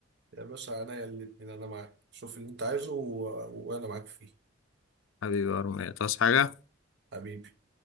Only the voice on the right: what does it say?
يا باشا عينيا الاتنين انا معاك شوف اللي انت عايزه و... وانا معاك فيه
حبيبي